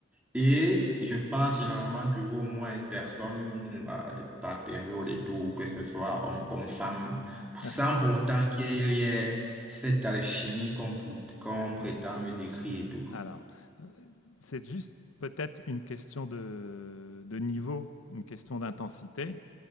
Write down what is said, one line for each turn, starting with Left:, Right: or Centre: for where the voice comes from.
Centre: Et je parle généralement toujours au moins à une personne bah, par période et tout, que ce soit homme comme femme,
Left: <laughs>
Centre: sans pourtant qu'il y ait cette alchimie qu'on pou- qu'on prétend me décrire et tout.
Left: Alors, heu, c'est juste peut-être une question de de niveau, une question d'intensité.